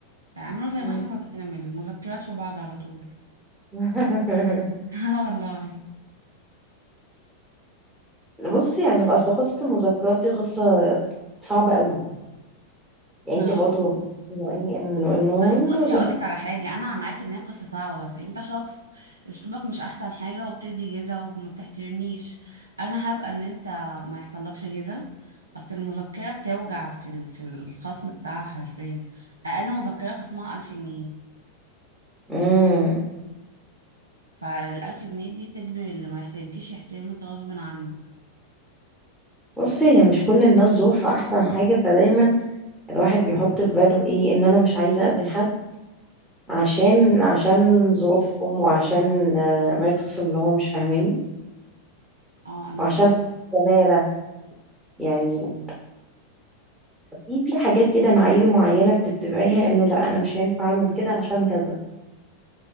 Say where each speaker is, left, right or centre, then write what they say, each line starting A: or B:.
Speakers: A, on the right; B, in the centre.
A: اعملوا زي
B: مم.
A: ما احنا ما بنعمل مذكرات في بعض على طول
B: <laughs>
A: <laughs> اه والله
B: بصي يعني اصل قصه المذكرات دي قصه صعبه قوي يعني
A: اه
B: انت برضه بتبصي انه ايه انه انه
A: بس
B: انه
A: بصي
B: زمان
A: هقولك على حاجة أنا معاك إن هي قصة صعبة بس أنت شخص أسلوبك مش أحسن حاجة وبتدي جيزة وما بتحترمنيش أنا هبقى إن أنت ما يحصلكش جيزة أصل المذكرة بتوجع في ال... في الخصم بتاعها حرفيا أقل مذكرة خصمها ألف جنيه
B: امم
A: فالألف جنيه دي تجبر اللي ما يحترمكيش يحترمك غصب عنه
B: بصي هي مش كل الناس ظروفها احسن حاجه فدايما الواحد بيحط في باله ايه ان انا مش عايزه اذي حد عشان عشان ظروفهم وعشان آه، ما يتخصم لهم مش فاهماني
A: اه أنا
B: وعشان
A: ف...
B: زماله يعني في في حاجات كده معايير معينه بتتبعيها انه لا انا مش هينفع اعمل كده عشان كذا